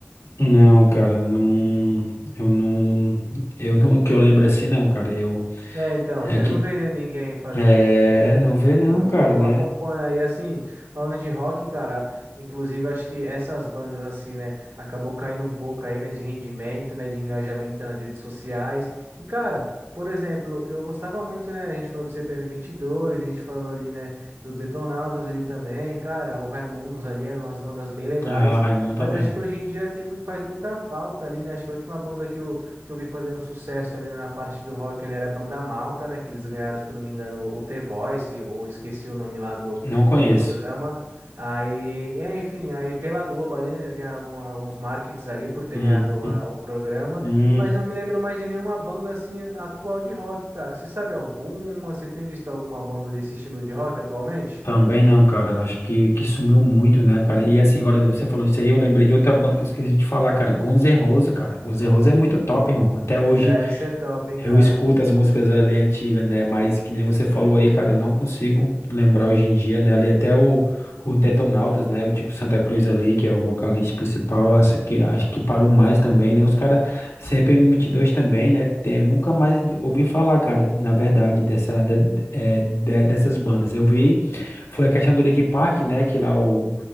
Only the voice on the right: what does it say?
É, então, você
não vê, né, ninguém fazendo
essas coisas.
né?
Você
não,
não, não
acompanha. E assim, falando de rock, cara, inclusive acho que essas bandas, assim, né, acabou caindo um pouco aí, né, de rendimento, né, de engajamento nas redes sociais. E, cara, por exemplo, eu gostava muito, né, a gente falou do CPM dois a gente falou ali, né, do Detonautas ali também. Cara, o Raimundos ali eram umas bandas bem legais.
Mas
acho que hoje em dia tem, muito- faz muita falta ali, né? Acho que a última banda que eu que eu vi fazendo sucesso ali na parte do rock, ele era Banda Malta, né? Que eles ganharam, se eu não me engano, o The Voice, ou esqueci o nome lá do,
do programa. Aí, é, enfim, aí pela Globo ali, eles ganharam algum- alguns markets ali por ter
ganhado a- o programa,
mas não me lembro mais de nenhuma banda assim atual de rock, cara. Você sabe alguma? Você tem visto alguma banda desse estilo de rock atualmente?
Essa é top, hein, cara.